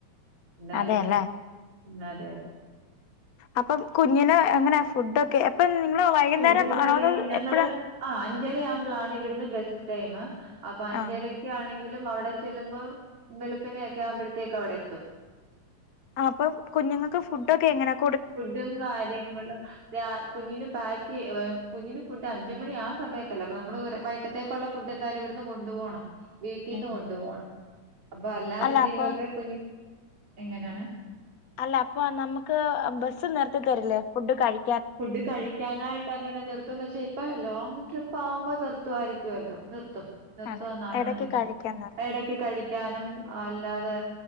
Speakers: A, on the right; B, on the left.
A: എന്തായാലും
B: അതെല്ലേ
A: ഉം അതെ അതെ.
B: അപ്പം കുഞ്ഞിന് എങ്ങനെയാ ഫുഡൊക്കെ എപ്പ ഉം. നിങ്ങള് വൈകുന്നേരം
A: ഫുഡും
B: ആണോ
A: കാര്യങ്ങളും
B: അതോ
A: ഞങ്ങള്
B: എപ്പഴാ.
A: ആ അഞ്ചര ആവുമ്പോൾ ആണ്, ഇവിടുന്ന് ബസ് ടൈമ് അപ്പൊ അഞ്ചരക്കാണെങ്കില്.
B: ആഹ്
A: എങ്കിലും അവിടെ ചെല്ലുമ്പോ വെളുപ്പിനെയൊക്കെ ആവുമ്പോഴത്തേക്ക് അവിടെ എത്തും.
B: അപ്പൊ കുഞ്ഞുങ്ങൾക്ക് ഫുഡ് ഒക്കെ എങ്ങനെയാ.
A: ഫുഡും കാര്യങ്ങളും രാ കുഞ്ഞിന് പായ്ക്ക് കുഞ്ഞിന് ഫു ഫുഡ് അഞ്ചുമണി ആ സമയത്തല്ലേ ഫുഡ്‌ അഞ്ചുമണി ആ സമയത്ത് അല്ല അപ്പൊ നമ്മള് ഒരു വൈകിട്ടത്തെക്കുള്ള ഫുഡ് എന്തായാലും ഇവിടുന്ന് കൊണ്ടുപോണം. വീട്ടീന്ന്
B: ഉം
A: കൊണ്ടു
B: ഉം
A: പോണം. അപ്പൊ അല്ലാതെന്തെങ്കിലും
B: അല്ല അപ്പൊ
A: ഒക്കെ കുഞ്ഞിന് എങ്ങനെയാണ്.
B: അല്ല അപ്പൊ നമുക്ക് ബസ്സ് നിർത്തി തരില്ലേ ഫുഡ് കഴി
A: ഫുഡ് കഴിക്കാനായിട്ട് അങ്ങനെ നിർത്തുന്ന് വെച്ചാ ഇപ്പ ലോങ് ട്രിപ്പാമ്പോ നിർ നിർത്തുവായിരിക്കുവല്ലോ. നിർത്തും നിർത്തുന്നാണ്
B: അതെ എടക്ക്
A: ഇത്
B: കഴിക്കാൻ നിർത്തും
A: ഇടയ്ക്ക് കഴിക്കാനും അല്ലാതെ.